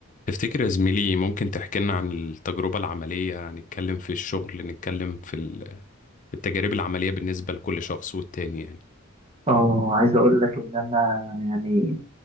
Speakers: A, on the left (about 35°); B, on the right (about 30°).
A: تفتكر يا زميلي ممكن تحكي لنا عن التجربة العملية نتكلم في الشغل نتكلم في ال- التجارب العملية بالنسبة لكل شخص والتاني يعني
B: اه عايز اقول لك ان انا يعني